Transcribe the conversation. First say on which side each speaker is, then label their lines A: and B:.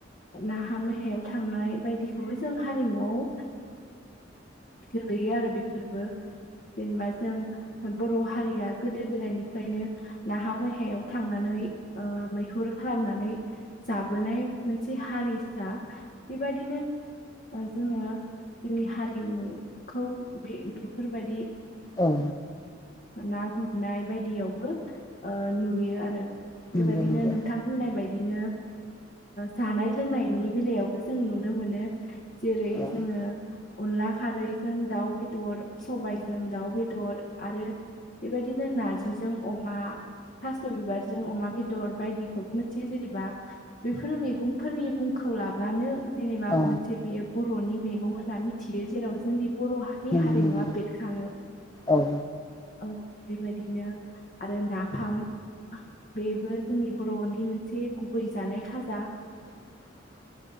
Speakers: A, on the left; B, on the left.
A: नाहा मेहायाव थांनाय बायदिखौबो जों हारिमुआव गोलैयो आरो बेफोरबो जेनेबा जों बर' हारिया गोदो गोदायनिफ्रायनो नाहा मैहायाव थांनानै मैहुर खालामनानै जाबोनाय मोनसे हारिसा बेबायदिनो जोङो जोंनि हारिमुखौ बे बेफोरबायदि
B: औ
A: ना गुरनाय बायदियावबो नुयो आरो बेबायदिनो
B: नंगौ नंगौ
A: नोंथां बुंनाय बायदिनो जानाय लोंनायनि बेलायावबो जों नुनो मोनो जेरै
B: औ
A: जोङो अनला खारैजों दाउ बेदर सबायाइजों दाउ बेदर आरो बेबायदिनो नारजिजों अमा थास' बिबारजों अमा बेदर बायदिखौबो मोनसे जेनेबा बेफोर मैगंफोरनि मुंखौ लाबानो जेनेबा
B: औ
A: मोनसे बेयो बर'नि मैगं होनना मिथियो जेराव जोंनि बर' हारि नि
B: नंगौ
A: हारिमुवा
B: नंगौ
A: बेरखाङो
B: औ
A: औ बेबायदिनो आरो नाफाम बेबो जोंनि बर'नि मोनसे गुबै जानाय खाजा
B: <inaudible>